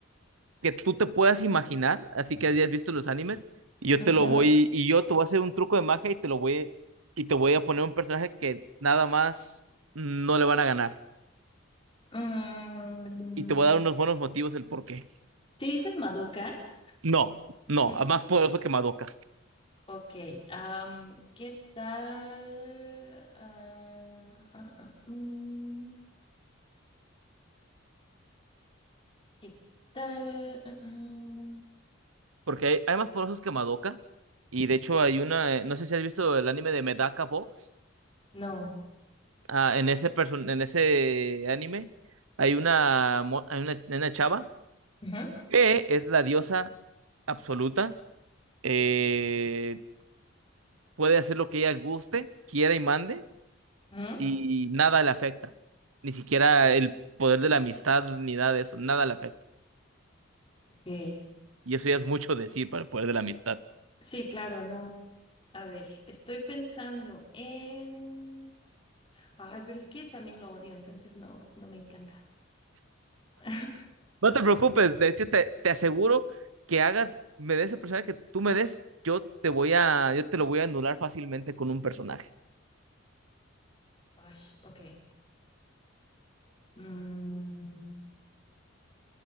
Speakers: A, on the right; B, on the left.
A: que tú te puedas imaginar, así que hayas visto los animes, y yo
B: ujú.
A: te lo voy, y yo te voy a hacer un truco de magia y te lo voy, y te voy a poner un personaje que nada más no le van a ganar.
B: Mm,
A: Y te voy a dar unos buenos motivos el por qué.
B: Si dices Madoka,
A: No,
B: <laughs>
A: no, más poderoso que Madoka.
B: ok. am, ¿qué tal? Ah, ah, ah, mm, ¿qué tal? Ah, ah,
A: Porque hay, hay más poderosos que Madoka. Y de hecho hay una, eh, no sé si has visto el anime de Medaka Box.
B: no.
A: Ah, en ese person, en ese anime hay una, mo- hay una, una chava
B: Ujú,
A: que es la diosa absoluta. Eh, puede hacer lo que ella guste, quiera y mande,
B: ujú,
A: y nada le afecta. Ni siquiera el poder de la amistad, ni nada de eso, nada le afecta.
B: ok.
A: Y eso ya es mucho decir para el poder de la amistad.
B: Sí, claro, no. A ver, estoy pensando en... Ay, pero es que también lo odio, entonces no, no me encanta. <laughs>
A: No te preocupes, de hecho te, te aseguro que hagas, me des el personaje que tú me des, yo te voy a, yo te lo voy a anular fácilmente con un personaje.
B: Ay, ok. Mm,